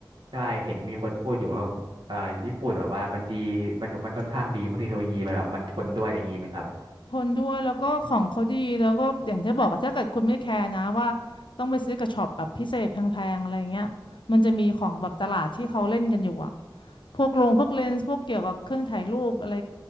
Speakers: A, on the right; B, on the left.
A: ใช่เห็นมีคนพูดอยู่ว่าเอ่อญี่ปุ่นแบบว่ามันดีมันมันค่อนข้างดีเพราะเทคโนโลยีมันแบบมันทนด้วยอย่างงี้ไหมครับ
B: ทนด้วยแล้วก็ของเขาดีแล้วก็อย่างที่บอกอะถ้าเกิดคุณไม่แคร์นะว่าต้องไปซื้อกระช็อปแบบพิเศษแพงๆอะไรอย่างเงี้ยมันจะมีของแบบตลาดที่เขาเล่นกันอยู่อะพวกโรงพวกเลนส์พวกเกี่ยวกับเครื่องถ่ายรูปอะไร